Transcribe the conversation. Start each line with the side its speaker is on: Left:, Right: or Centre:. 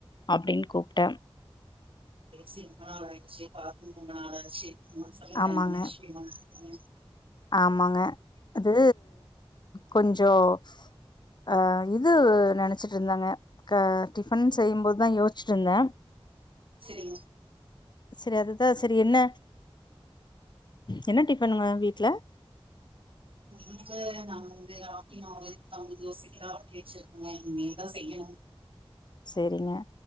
Left: அப்படின்னு கூப்டே
Right: சினிமா ஆச்சு பாத்து ரொம்ப நாள் ஆச்சு சொல்லுங்க
Left: ஆமாங்க
Right: என்ன விஷயோ உம்
Left: ஆமாங்க அது கொஞ்சம் அஹ இது நினச்சிட்டு இருந்தாங்க டிஃபன் செய்யும்போதுதா யோசிச்சுட்டு இருந்தே
Right: செரிங்க
Left: சரி அதுதா சரி என்ன என்ன டிஃபனுங்க உங்க வீட்ல
Right: வீட்ல <unintelligible> ஆட்டி வச்சிருக்கங்க இனிதா செய்யணும்
Left: சரிங்க